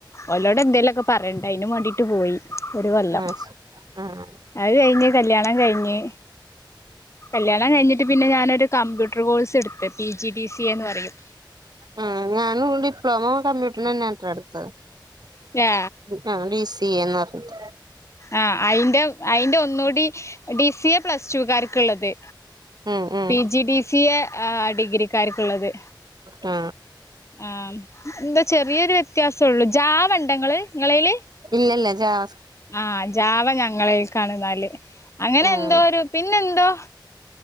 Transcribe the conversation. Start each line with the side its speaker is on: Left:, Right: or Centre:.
Left: ഓലോട് എന്തെലും ഒക്കെ പറെണ്ടെ അയിന് മാണ്ടീട്ട് പോയി ഒര് കൊല്ലം
Right: ഉം ഉം
Left: അയ് കഴിഞ്ഞ് കല്യാണം കഴിഞ്ഞ് കല്യാണം കഴിഞ്ഞിട്ട് പിന്നെ ഞാനൊരു കമ്പ്യൂട്ടർ കോഴ്സ് എട്ത്ത് P G D C A ന്ന് പറയും
Right: ആ ഞാനും ഡിപ്ലോമ കമ്പ്യൂട്ടർ നെന്നെത്രെ ഇട്ത്തത്
Left: ആ
Right: ആ ഡി സി എ എന്ന് പറഞ്ഞിട്ട്
Left: ആ അയിന്റെ അയിന്റെ ഒന്നുടി D C A plus two കാർക്ക് ഇള്ളത്
Right: ഉം ഉം
Left: P G D C A ഡിഗ്രികാർക്ക് ഇള്ളത്
Right: ആ
Left: ആ ഇന്താ ചെറിയൊരു വ്യത്യാസൊള്ളു ജാവ ഇണ്ടോ ഇങ്ങൾ ഇങ്ങളെയ്ൽ
Right: ഇല്ലല്ല ജാവ
Left: ആ ജാവ ഞങ ഇങ്ങളെയ്ക്കാണ് ഇന്നാൽ അങ്ങനെ
Right: ഉം
Left: എന്തോ ഒരു പിന്നെന്തോ